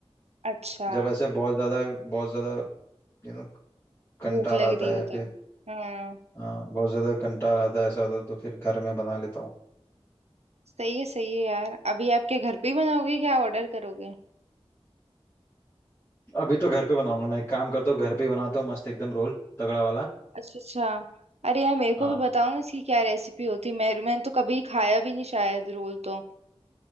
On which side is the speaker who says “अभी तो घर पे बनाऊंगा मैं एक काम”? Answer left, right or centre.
Left